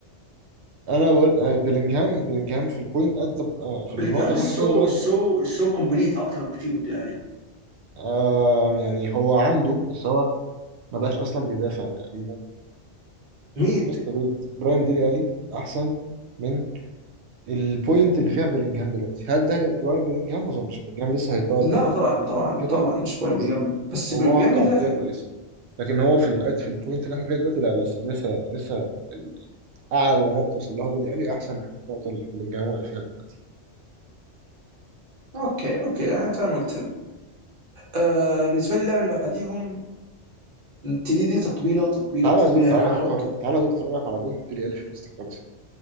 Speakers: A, on the right; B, on the right.
A: انا بقول آه، بلينجهام بلينجهام في البوينت ات the- آه، في النقطه
B: الجام
A: اللي
B: السو
A: احنا فيها دلوقتي
B: السو السو كومبليت اكتر بكتير من يعني
A: آه يعني هو عنده بس هو ما بقاش اصلا بيدافع تقريبا
B: مين؟
A: فقصة ضد براين ديلي الي احسن من البوينت اللي فيها بلينجهام دلوقتي هل ده هيبقى براين بلينجهام ما اظنش بلينجهام لسه هيتطور
B: لا
A: تاني
B: طبعا طبعا
A: من كده
B: طبعا مش برايم
A: بالظبط
B: بجنب بس
A: وهو
B: بجنب
A: عنده
B: بيدافع
A: عقليه كويسه
B: دود
A: لكن هو في الأد في البوينت اللي احنا فيها دلوقتي لا لسه لسه لسه اعلى نقطه وصل لها ديلي الي احسن من النقطه اللي بلينجهام واقف فيها دلوقتي
B: اوكي اوكي يعني تمام قلت لك. آه بالنسبه لي اللاعب اللي بعديهم دي دي تطبيله تطبيله
A: تعالى
B: تطبيله
A: يا دود تعالى
B: يعني انا
A: يا
B: هحط
A: دود أوري- تعالى يا دود افرجك على جون ديلي الي في كريستال بالاس